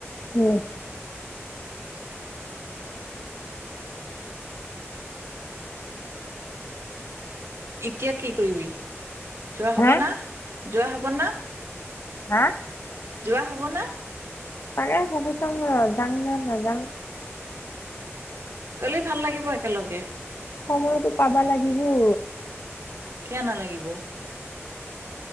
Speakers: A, on the left (about 60°); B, on the right (about 70°).
A: উম
B: এতিয়া কি কৰিবি যোৱা
A: হা
B: হ'ব না যোৱা হ'ব না
A: হা
B: যোৱা হ'ব না।
A: পাৰে ভাবি চাং ৰ যাং নে নাযাওঁ।
B: কালি ভাল লাগিব একেলগে।
A: সময়তো পাবা লাগিবই
B: কিয় নালাগিব।